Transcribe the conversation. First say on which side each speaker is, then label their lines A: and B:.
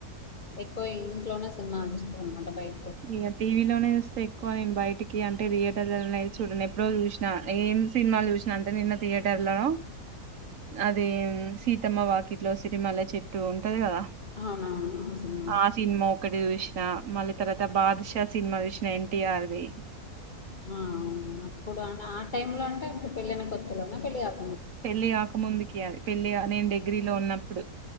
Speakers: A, on the left; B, on the right.
A: ఎక్కువ ఇంట్లోనే సినిమాలు చూస్తా అంటే బయట
B: ఇగా టీవీలోనే ఎక్కువ నేను బయటికి అంటే థియేటర్లనేతే చూడను ఎప్పుడో చూసినా ఏం సినిమాలు చూసినా అంటే నిన్న థియేటర్లలో అది సీతమ్మ వాకిట్లో సిరిమల్ల చెట్టు ఉంటది కదా
A: అవునవును సినిమా
B: ఆ సినిమా ఒక్కటి చూసి ఆ మళ్ళీ తర్వాత బాదుషా సినిమా చూసిన ఎన్టీఆర్దిి
A: ఆ అవు అప్పుడు ఆ టైమ్ లో అంటే పెళ్ళైన కొత్తలోన పెళ్ళి గాక
B: పెళ్లి కాకముందుకి అది పెళ్లి గా నేను డిగ్రీలో ఉన్నప్పుడు